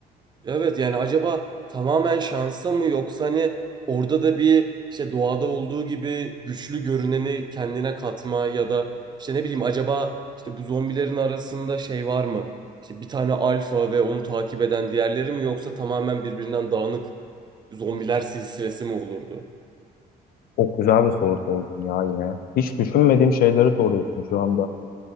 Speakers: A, on the right; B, on the left.
A: Evet yani acaba tamamen şansa mı yoksa hani orada da bir işte doğada olduğu gibi güçlü görüneni kendine katma ya da işte ne bileyim acaba işte bu zombilerin arasında şey var mı? İşte bir tane alfa ve onu takip eden diğerleri mi yoksa tamamen birbirinden dağınık zombiler silsilesi mi olurdu?
B: Çok güzel bir soru sordun ya yine. Hiç düşünmediğim şeyleri soruyorsun şu anda.